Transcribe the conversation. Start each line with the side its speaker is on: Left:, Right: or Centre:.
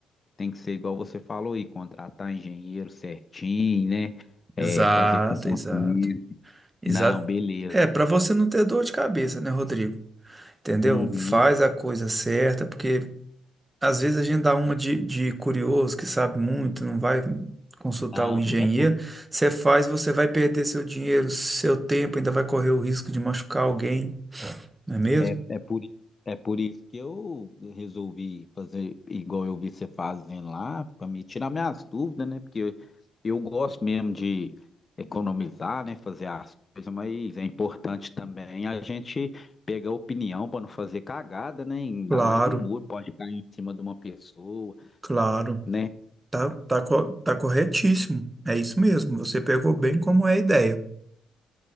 Left: tem que ser igual você falou aí, contratar engenheiro certinho, né? É,
Right: Exato,
Left: fazer com consciência.
Right: exato. Exato.
Left: Não, beleza.
Right: É, para você não ter dor de cabeça, né, Rodrigo? Entendeu?
Left: Uhum.
Right: Faz a coisa certa, porque às vezes a gente dá uma de, de curioso que sabe muito, não vai consultar
Left: Não,
Right: o engenheiro.
Left: é por
Right: Você faz, você vai perder seu dinheiro, seu tempo, ainda vai correr o risco de machucar alguém, não é mesmo?
Left: É, é por, é por isso que eu resolvi fazer igual eu vi você fazendo lá, para me tirar minhas dúvidas, né? Porque eu, eu gosto mesmo de economizar, né? Fazer as coisas, mas é importante também a gente pegar opinião para não fazer cagada, né? Ainda
Right: Claro,
Left: mais um muro pode cair em cima de uma pessoa,
Right: claro.
Left: né?
Right: Tá, tá, co- tá corretíssimo. É isso mesmo. Você pegou bem como é a ideia.